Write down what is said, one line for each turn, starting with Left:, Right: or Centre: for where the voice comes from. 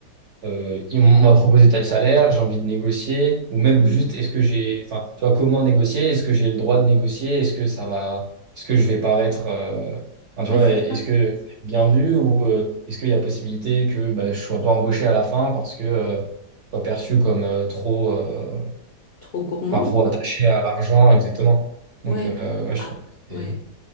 Right: euh, il- m'a proposé tel salaire, j'ai envie de négocier, ou même
Left: Mhm.
Right: juste est-ce que j'ai, enfin, tu vois, comment négocier, est-ce que j'ai le droit de négocier, est-ce que ça va, est-ce que je vais paraître, euh, enfin, tu
Left: Oui,
Right: vois,
Left: c'est
Right: est-ce
Left: ça.
Right: que je vais être bien vu ou euh, est-ce qu'il y a possibilité que bah, je sois pas embauché à la fin parce que euh, je sois perçu comme euh, trop, euh,
Left: Trop gourmand.
Right: enfin, trop attaché à l'argent, exactement. Donc,
Left: Oui.
Right: euh, ouais,
Left: Ah,
Right: je trouve que
Left: oui.
Right: c'est-